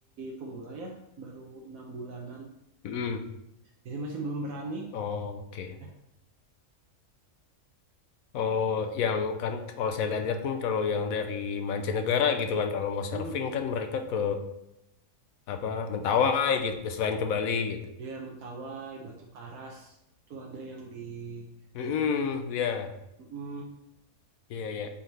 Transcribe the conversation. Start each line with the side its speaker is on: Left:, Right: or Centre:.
Right: pemula ya, baru enam bulanan,
Left: Mm.
Right: jadi masih belum berani.
Left: Oke.
Right: Ya,
Left: Oh, yang kan kalau saya lihat kan kalau yang dari mancanegara gitu kan kalau mau
Right: hmm,
Left: surfing kan mereka ke apa Mentawai gitu selain ke Bali gitu.
Right: ya Mentawai, Batu Karas, tuh ada yang di
Left: Mm-mm,
Right: Jogja.
Left: ya,
Right: Mm,
Left: iya ya.